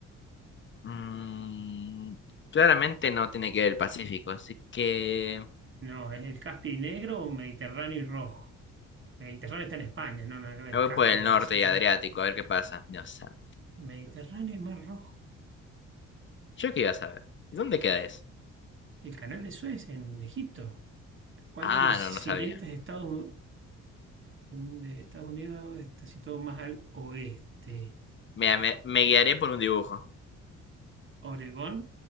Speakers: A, on the left; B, on the right.
A: Mm, claramente no tiene que ver el Pacífico, así que
B: No, ¿es el Caspio y negro o Mediterráneo y rojo? Mediterráneo está en España, no, nada que ver.
A: me voy
B: Caspio
A: por el
B: debe
A: norte
B: ser,
A: y
B: a
A: Adriático,
B: ver.
A: a ver qué pasa. No sabe.
B: Mediterráneo y Mar Rojo.
A: ¿Yo qué iba a saber? ¿Dónde queda eso?
B: El canal de Suez en Egipto. ¿Cuál
A: Ah,
B: de los siguientes
A: no, no sabía.
B: estados? De Estados Unidos está situado más al oeste.
A: Mira, me, me guiaré por un dibujo.
B: Oregón,